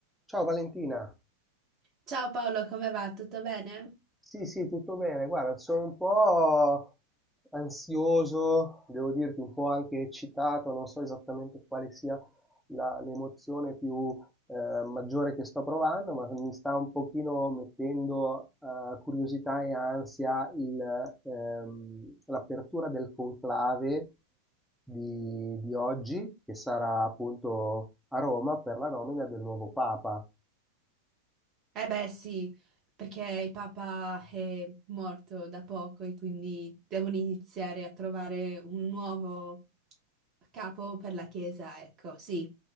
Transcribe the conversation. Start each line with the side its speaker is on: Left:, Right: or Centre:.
Centre: Ciao Valentina,
Right: Ciao Paolo, come va? Tutto bene?
Centre: sì sì, tutto bene, guarda, sono un po' ansioso, devo dirti un po' anche eccitato, non so esattamente quale sia la- l'emozione più eh, maggiore che sto provando, ma mi sta un pochino mettendo eh, curiosità e ansia il, ehm, l'apertura del conclave di, di oggi, che sarà appunto a Roma per la nomina del nuovo Papa.
Right: Eh beh sì, perché il Papa è morto da poco e quindi devono iniziare a trovare un nuovo capo per la Chiesa, ecco, sì.